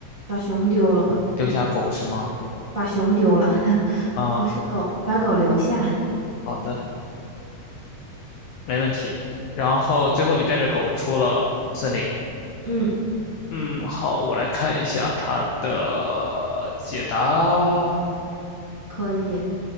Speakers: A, on the right; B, on the left.
A: 把熊丢了吧，
B: 丢下狗是吗？
A: 把熊丢了，<laughs>
B: 啊，
A: 不是狗，把狗留下。
B: 好的，没问题。然后最后你带着狗出了森林。
A: 嗯，
B: 嗯，好，我来看一下它的解答。
A: 可以，